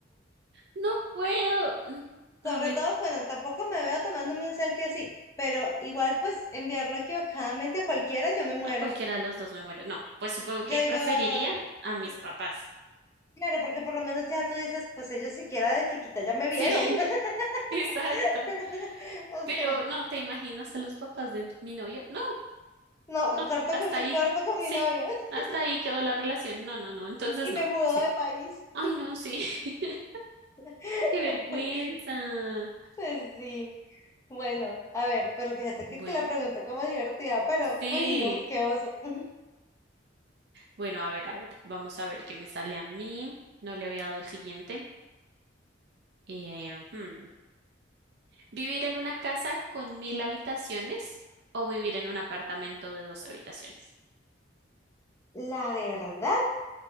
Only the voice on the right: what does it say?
No puedo. No. A
ver,
a cualquiera de los dos me muero. No, pues supongo
que
preferiría a mis
papás.
Sí, <laughs> exacto.
Pero
no, ¿te imaginas a los papás de tu- mi novio? No,
no,
hasta
ahí.
Sí,
hasta ahí quedó la relación. No, no, no. Entonces
no.
Sí.
Ay, no, sí. <laughs>
Qué vergüenza.
Bueno,
sí.
Bueno, a ver, a ver. Vamos a ver qué me sale a mí. No le había dado el siguiente. Eh, hmm, ¿Vivir en una casa con mil habitaciones o vivir en un apartamento de dos habitaciones?